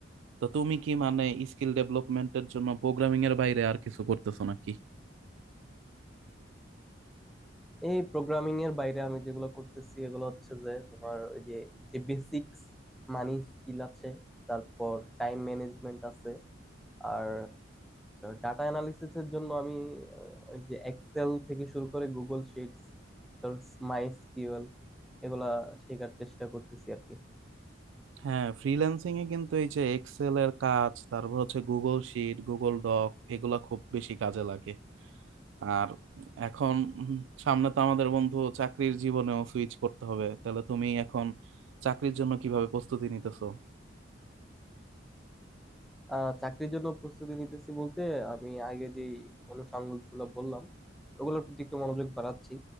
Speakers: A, on the right; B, in the centre.
A: তো তুমি কি মানে স্কিল ডেভেলপমেন্টের জন্য প্রোগ্রামিং এর বাইরে আর কিছু করতেছো নাকি
B: এই প্রোগ্রামিং এর বাইরে আমি যেগুলো করতেছি এগুলো হচ্ছে যে তোমার ওই যে যে বেসিক্স মানি স্কিল আছে তারপর টাইম ম্যানেজমেন্ট আছে আর ডাটা অ্যানালিসিস এর জন্য আমি আহ, ওই যে এক্সেল থেকে শুরু করে গুগল শিটস তারপর মাই এসকিউএল এগুলা শেখার চেষ্টা করতেছি আর কি
A: হ্যাঁ ফ্রিল্যান্সিং এ কিন্তু এই যে এক্সেল এর কাজ তারপর হচ্ছে গুগল শিট গুগল ডক এগুলা খুব বেশি কাজে লাগে আর এখন উম, সামনে তো আমাদের বন্ধু চাকরির জীবনেও সুইচ করতে হবে তাহলে তুমি এখন চাকরির জন্য কিভাবে প্রস্তুতি নিতেছো
B: আহ চাকরির জন্য প্রস্তুতি নিতেছি বলতে আমি আগে যে অনুষঙ্গ গুলো বললাম ওগুলোর প্রতি একটু মনোযোগ বাড়াচ্ছি